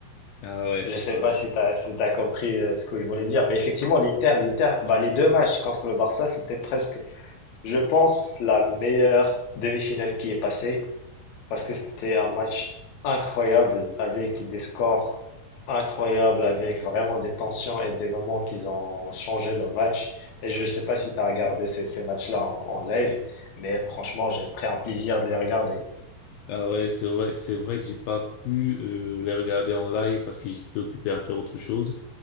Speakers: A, on the left (about 80°); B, on the left (about 60°).
A: Ah ouais,
B: Je sais
A: ah
B: pas
A: ouais,
B: si t'as, si t'as compris euh, ce que je voulais dire. Mais effectivement, l'Inter, l'Inter, bah, les deux matchs contre le Barça, c'était presque, je pense, la meilleure demi-finale qui est passée parce que c'était un match incroyable avec des scores incroyables, avec vraiment des tensions et des moments qui ont changé le match. Et je ne sais pas si tu as regardé ces, ces matchs-là en, en live, mais franchement, j'ai pris un plaisir de les regarder.
A: Ah ouais, c'est vrai, c'est vrai que j'ai pas pu euh, les regarder en live parce que j'étais occupé à faire autre chose.